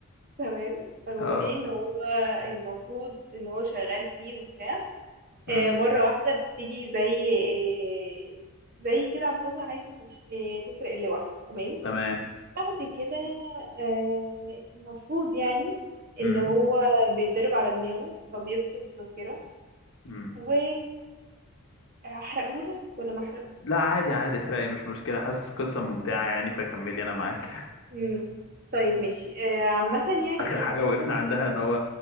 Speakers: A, on the right; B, on the left.
A: تمام فالمهم
B: اه
A: ايه ان هو المفروض ان هو شغال فيه وبتاع
B: امم
A: آه، مرة واحدة بتيجي زي آه، زي كده عصابة عايزة تش- آه، تسرق اللوح تمام
B: تمام
A: بعد كده آه، المفروض يعني ان
B: امم
A: هو بيتدرب على دماغه فبيفقد الذاكرة
B: امم
A: و هحرقهولك ولا ما
B: لا عادي عادي احرقي مش مشكله حاسس قصه ممتعه يعني فكملي انا معاك <laughs>
A: مم. طيب ماشي آه، عامة يعني
B: اخر حاجه
A: الفكرة
B: وقفنا عندها
A: كلها
B: ان هو